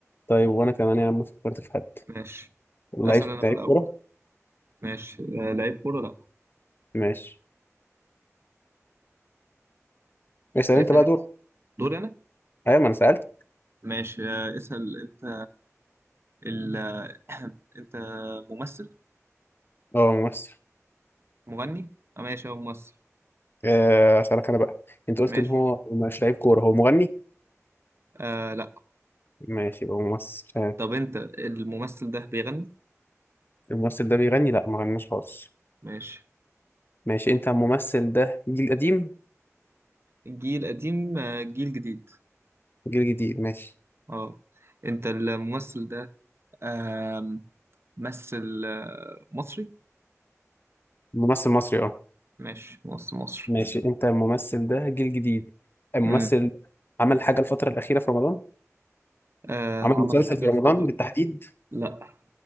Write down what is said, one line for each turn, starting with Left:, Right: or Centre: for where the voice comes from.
Left: طيب وانا كمان يا عم فكرت في حد
Right: ماشي
Left: لعيب
Right: اسال انا بقى
Left: لعيب
Right: الاول
Left: كورة
Right: ماشي آه لعيب كوره لا
Left: ماشي اسأل
Right: اسال
Left: انت بقى
Right: انت
Left: دور
Right: دوري انا
Left: ايوه ما انا سألت
Right: ماشي آه اسال انت ال... <clears throat> انت ممثل
Left: اه ممثل
Right: مغني آه ماشي هو ممثل
Left: آه، اسألك انا بقى انت قلت
Right: ماشي
Left: ان هو مش لعيب كورة هو مغني
Right: آه لا
Left: ماشي يبقى ممثل آه،
Right: طب انت الممثل ده بيغني
Left: الممثل ده بيغني لا ما غناش خالص
Right: ماشي
Left: ماشي انت الممثل ده جيل قديم
Right: جيل قديم آه جيل جديد
Left: جيل جديد ماشي
Right: اه انت الممثل ده آه مثل آه مصري
Left: ممثل مصري اه
Right: ماشي ممثل مصري
Left: ماشي انت الممثل ده جيل جديد الممثل
Right: امم
Left: ده عمل حاجة الفترة الأخيرة في رمضان
Right: آه
Left: عمل
Right: عمل
Left: مسلسل
Right: حاجة
Left: في
Right: الفترة
Left: رمضان بالتحديد
Right: لا